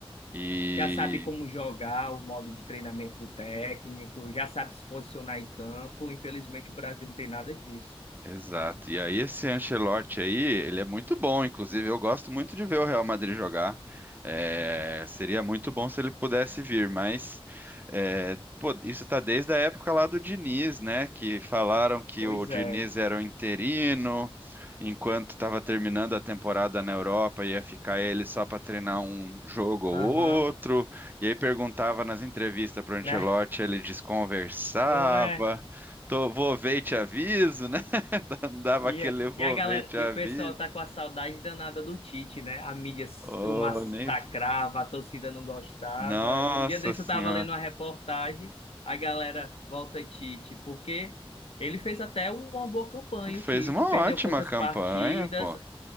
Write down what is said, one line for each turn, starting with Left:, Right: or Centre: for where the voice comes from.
Right: E
Left: Já sabe como jogar, o modo de treinamento do técnico, já sabe se posicionar em campo. Infelizmente, o Brasil não tem nada disso.
Right: Exato. E aí esse Ancelotti aí, ele é muito bom, inclusive eu gosto muito de ver o Real Madrid jogar. É, seria muito bom se ele pudesse vir, mas é, pô, isso tá desde a época lá do Diniz, né? Que falaram que
Left: Pois
Right: o Diniz
Left: é.
Right: era o interino, enquanto estava terminando a temporada na Europa, ia ficar ele só para treinar um jogo ou
Left: Aham.
Right: outro. E aí perguntava nas entrevistas para o Ancelotti,
Left: Né?
Right: ele desconversava.
Left: Não é?
Right: Tô, vou ver e te aviso, <laughs> né? <laughs> Dava
Left: E,
Right: aquele
Left: é-
Right: envolvente
Left: e a galera, e
Right: à
Left: o
Right: vista.
Left: pessoal tá com a saudade danada do Tite, né? A mídia s-
Right: Oh,
Left: o massacrava,
Right: nem...
Left: a torcida não gostava.
Right: Nossa
Left: E um dia desse
Right: senhora.
Left: eu tava lendo uma reportagem, a galera volta Tite, porque ele fez até uma boa campanha,
Right: Fez
Left: o Tite,
Right: uma
Left: perdeu
Right: ótima
Left: poucas
Right: campanha,
Left: partidas,
Right: pô.